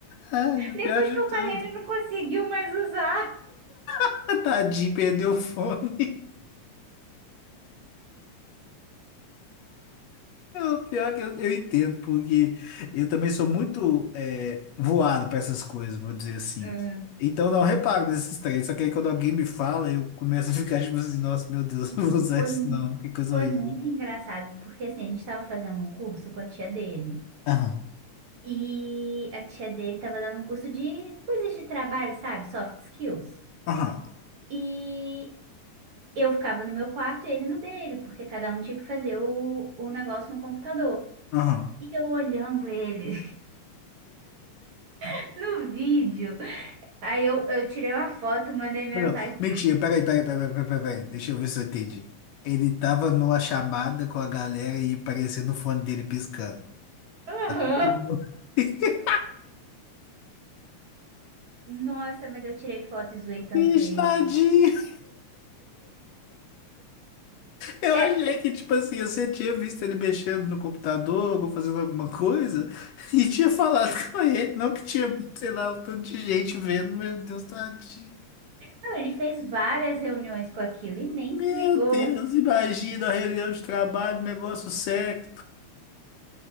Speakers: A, on the left; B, on the right.
A: Ai,
B: Depois
A: pior de
B: que eu
A: tudo.
B: falei, ele não conseguiu mais usar.
A: <laughs> Tadinho, perdeu o fone. O pior é que eu, eu entendo, porque eu também sou muito é, voado para essas coisas, vou dizer assim.
B: Ah,
A: Então não reparo nesses três, só que aí quando alguém me fala, eu começo a ficar tipo assim, nossa, meu Deus,
B: Não,
A: <laughs> não vou usar
B: foi,
A: isso
B: mu-
A: não, que coisa
B: foi
A: horrível.
B: muito engraçado, porque assim, a gente estava fazendo um curso com a tia dele.
A: Aham,
B: E a tia dele estava dando um curso de coisas de trabalho, sabe? Soft skills.
A: aham,
B: e Eu ficava no meu quarto e ele no dele, porque cada um tinha que fazer o, o negócio no computador.
A: aham.
B: E eu olhando ele <laughs> no vídeo. Aí eu, eu tirei uma foto, mandei mensagem.
A: Não, mentira, peraí, peraí, peraí, peraí, peraí, peraí, deixa eu ver se eu entendi. Ele tava numa chamada com a galera e apareceu no fone dele piscando.
B: "Aham."
A: <laughs>
B: Nossa, mas eu tirei foto e zoei tanto
A: Ixi,
B: ele.
A: tadinho! Eu
B: É,
A: achei que, tipo assim, você tinha visto ele mexendo no computador ou fazendo alguma coisa <laughs> e tinha falado <laughs> com ele, não que tinha, sei lá, um tanto de gente vendo. Meu Deus, tadinho.
B: não, ele fez várias reuniões com aquilo e nem
A: Meu
B: se ligou.
A: Deus, imagina a reunião de trabalho, negócio sério.